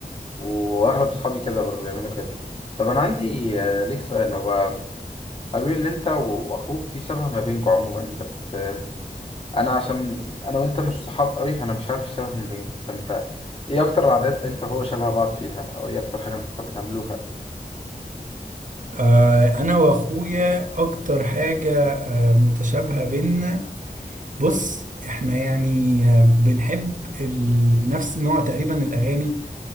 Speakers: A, on the left; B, on the right.
A: واغلب صحابي كده برضه بيعملوا كده طب انا عندي آه، ليك سؤال هو قالوا لي ان انت واخوك في شبه ما بينكم عموما بس آه، انا عشان انا وانت مش صحاب قوي فانا مش عارف الشبه ما بينكم فانت ايه اكتر العادات انت وهو شبه بعض فيها او ايه اكتر حاجه انتوا بتحبوا تعملوها
B: آه، انا واخويا اكتر حاجه متشابهه بينا بص احنا يعني آه، بنحب ال... نفس نوع تقريبا الاغاني